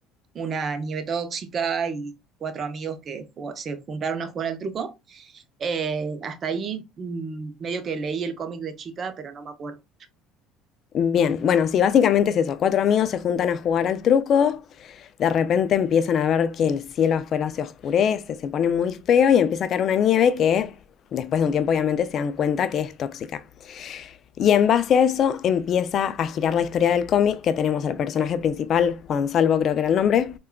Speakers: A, on the right; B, on the left.
A: una nieve tóxica y cuatro amigos que jugó- se juntaron a jugar al truco Eh, hasta ahí mm, medio que leí el cómic de chica, pero no me acuerdo.
B: Bien, bueno, sí, básicamente es eso. Cuatro amigos se juntan a jugar al truco. De repente empiezan a ver que el cielo afuera se oscurece, se pone muy feo y empieza a caer una nieve que después de un tiempo obviamente se dan cuenta que es tóxica. Y en base a eso empieza a girar la historia del cómic que tenemos al personaje principal, Juan Salvo creo que era el nombre,